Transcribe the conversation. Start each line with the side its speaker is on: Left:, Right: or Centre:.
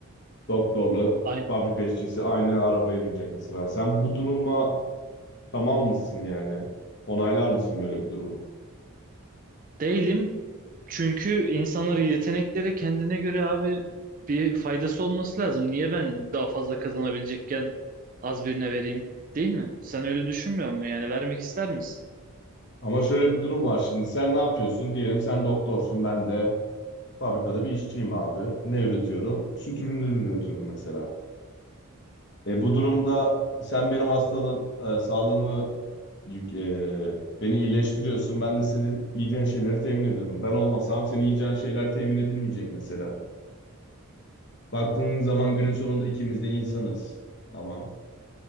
Left: Doktorla
Right: Aynen.
Left: fabrika işçisi aynı arabaya binecek mesela. Sen bu duruma tamam mısın yani? Onaylar mısın böyle bir durumu?
Right: Değilim. Çünkü insanların yetenekleri kendine göre abi bir faydası olması lazım. Niye ben daha fazla kazanabilecekken az birine vereyim? Değil mi? Sen öyle düşünmüyor musun? Yani vermek ister misin?
Left: Ama şöyle bir durum var şimdi sen ne yapıyorsun? Diyelim sen doktorsun ben de fabrikada bir işçiyim abi. Ne üretiyorum? Süt ürünleri üretiyorum mesela. E, bu durumda sen benim hastalığım, e, sağlığımı yük- e, beni iyileştiriyorsun. Ben de senin yiyeceğin şeyleri temin ediyorum. Ben olmasam senin yiyeceğin şeyler temin edilmeyecek mesela. Baktığın zaman günün sonunda ikimiz de insanız. Ama